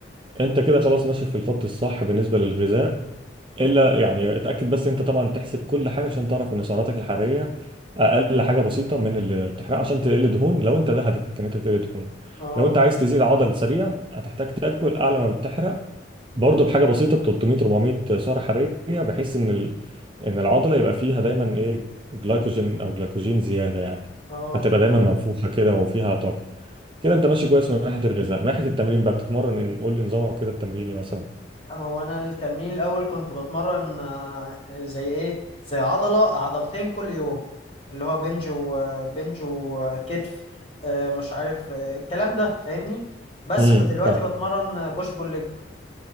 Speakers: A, on the right; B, on the left.
A: انت كده خلاص ماشي في الخط الصح بالنسبة للغذاء الا يعني اتأكد بس انت طبعا تحسب كل حاجة عشان تعرف ان سعراتك الحرارية اقل حاجة بسيطة من اللي بتحرقها عشان تقل دهون لو انت ده هدفك ان انت تقل دهون
B: اه
A: لو انت عايز تزيد عضل سريع هتحتاج تاكل اعلى ما بتحرق برضه بحاجه بسيطه 300 400 سعره حراريه بحيث ان ال... ان العضله يبقى فيها دايما ايه جلايكوجين او جلايكوجين زياده يعني
B: اه
A: فتبقى دايما منفوخه كده وفيها طاقه كده انت ماشي كويس من ناحيه الغذاء من ناحيه التمرين بقى بتتمرن إن- قول لي نظامك كده التمريني مثلا
B: هو انا التمرين الاول كنت بتمرن آه، زي ايه زي عضله عضلتين كل يوم اللي هو بنج وبنج وكتف آه، مش عارف آه، الكلام ده فاهمني بس
A: امم
B: فدلوقتي
A: فاهم
B: بتمرن بوش بول ليج